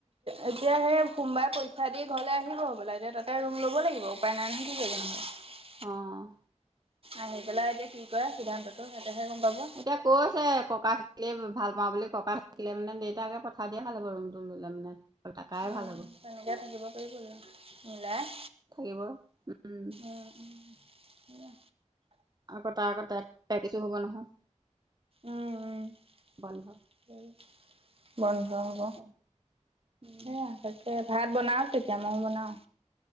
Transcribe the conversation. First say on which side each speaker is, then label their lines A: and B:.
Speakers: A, on the right; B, on the right.
A: এতিয়া সেই সোমবাৰে পৰীক্ষা দি ঘৰলে আহিব হবলা, এতিয়া তাতে ৰুম ল'ব লাগিব। উপাই নাই নহয় কি কৰিব <unintelligible>
B: অ'।
A: আনি পেলাই এতিয়া কি কৰে সিদ্ধান্তটো সেহতেহে গম পাব।
B: এতিয়া কৈছে ককা থাকিলে ভাল পাওঁ বুলি ককা থাকিলে মানে দেউতাকে পঠাই দিয়ে ভাল হ'ব ৰুমটো। <unintelligible>
A: অ',
B: ভাল হ'ব
A: তেনেকে থাকিব পাৰিবই আৰু মিলাই।
B: থাকিব উম
A: অ', এয়া।
B: আকৌ তাৰ আগত <unintelligible> হ'ব নহয়।
A: উম উম।
B: বন্ধ
A: বন্ধ হ'ব।
B: তাকে উম
A: <unintelligible> ভাত বনাওঁক তেতিয়া, ময়ো বনাওঁ।